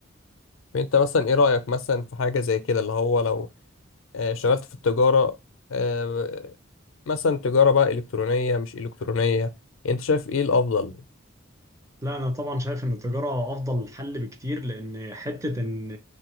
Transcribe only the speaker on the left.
فانت مثلا ايه رأيك مثلا في حاجة زي كده اللي هو لو آه، اشتغلت في التجارة آه، مثلا تجارة بقى إلكترونية مش إلكترونية أنت شايف إيه الأفضل؟